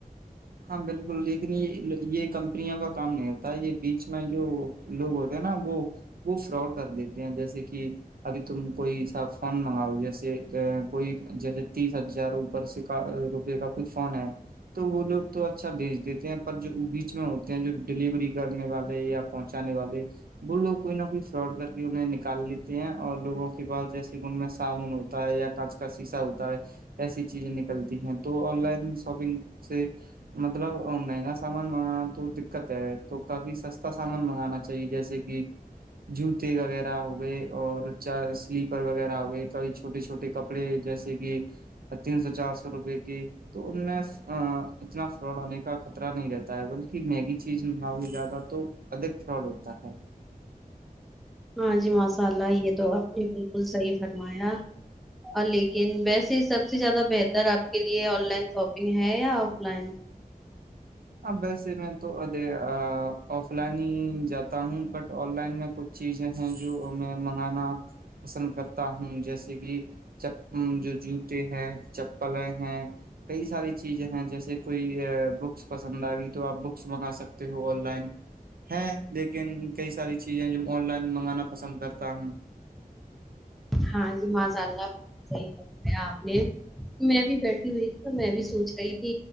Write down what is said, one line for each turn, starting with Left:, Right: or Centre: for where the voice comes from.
Right: ہاں بالکل لیکن یہ یہ کمپنیوں کا کام نہیں ہوتا ہے یہ بیچ میں جو لوگ ہوتے ہیں نا وہ وہ فراڈ کر دیتے ہیں جیسے کہ ابھی تم کوئی سا فون منگاؤ جیسے کوئی جیسے تیس ہزار اوپر سے روپے کا کوئی فون ہے تو وہ لوگ <unintelligible> تو اچھا بھیج دیتے ہیں پر جو وہ بیچ میں ہوتے ہیں جو ڈیلیوری کرنے والے یا پہنچانے والے وہ لوگ کوئی نہ کوئی فراڈ کر کے انہیں نکال لیتے ہیں اور لوگوں کے پاس جیسے کہ ان میں سامن ہوتا ہے یا کانچ کا سیسا ہوتا ہے ایسی چیزیں نکلتی ہیں تو آن لائن شاپنگ سے مطلب مہنگا سامان منگانا تو دقت ہے تو کافھی سستا سامان منگانا چاہیے جیسے کہ جوتے وغیرہ ہوئے اور سلیپر وغیرہ ہوئے کبھی چھوٹے چھوٹے کپڑے جیسے کہ تین سو چار سو روپئے کے تو ان میں اتنا ف آنے کا خطرہ نہیں رہتا ہے بلکہ میگی چیز منگا ہو جیادا تو ادھک فراڈ ہوتا ہے <unintelligible>
Centre: ہاں جی ماسال اللہ یہ تو آپ نے بالکل صحیح فرمایا اور لیکن ویسے سب سے زیادہ بہتر آپ کے لیے آن لائن شاپنگ ہے یا آف لائن <unintelligible>
Right: ہاں ویسے میں تو ا آف لائن ہی جاتا ہوں بٹ آن لائن میں کچھ چیزیں ہیں جو میں منگانا پسند کرتا ہوں جیسے کہ جو جوتے ہیں چپلیں ہیں کئی ساری چیزیں ہیں جیسے کوئی بک پسند آئے گی تو آپ بکس منگا سکتے ہو آن لائن ہے لیکن کئی ساری چیزیں جو آن لائن منگانا پسند کرتا ہوں
Centre: ہاں جی ماشاء اللہ صحیح بتایا آپ نے میں بھی بیٹھی ہوئی تھی تو میں بھی سوچ رہی تھی